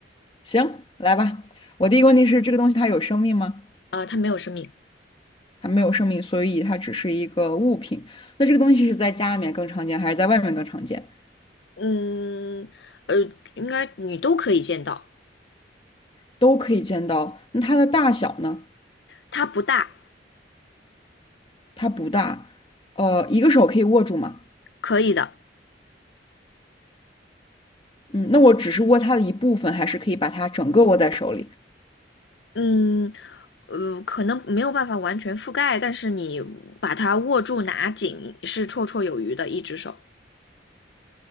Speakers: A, on the left; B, on the left.
A: 行，来吧。我第一个问题是，这个东西它有生命吗？
B: 啊、它没有生命，
A: 它没有生命，所以它只是一个物品。那这个东西是在家里面更常见，还是在外面更常见？
B: 嗯，呃，应该你都可以见到，
A: 都可以见到。那它的大小呢？
B: 它不大，
A: 它不大，呃，一个手可以握住吗？
B: 可以的，
A: 嗯，那我只是握它的一部分，还是可以把它整个握在手里？
B: 嗯，呃，可能没有办法完全覆盖，但是你把它握住拿紧是绰绰有余的，一只手。